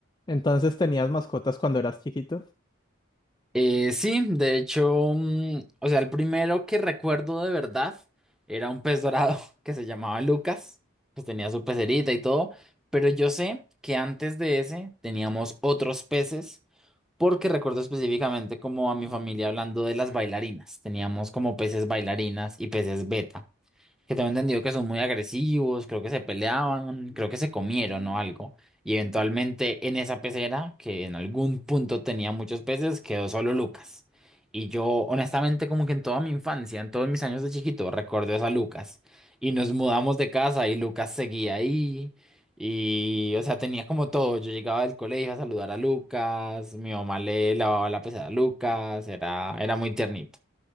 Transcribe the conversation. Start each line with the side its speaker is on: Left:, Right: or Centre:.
Left: Entonces tenías mascotas cuando eras chiquito,
Centre: Eh, sí, de hecho, mm, o sea, el primero que recuerdo de verdad era un pez dorado <laughs> que se llamaba Lucas, pues tenía su pecerita y todo, pero yo sé que antes de ese teníamos otros peces, porque recuerdo específicamente como a mi familia hablando de las bailarinas, teníamos como peces bailarinas y peces beta. Que tengo entendido que son muy agresivos, creo que se peleaban, creo que se comieron o algo. Y eventualmente en esa pecera, que en algún punto tenía muchos peces, quedó solo Lucas. Y yo, honestamente, como que en toda mi infancia, en todos mis años de chiquito, recuerdo esa Lucas. Y nos mudamos de casa y Lucas seguía ahí. Y, o sea, tenía como todo. Yo llegaba del colegio a saludar a Lucas, mi mamá le lavaba la pecera a Lucas, era, era muy tiernito.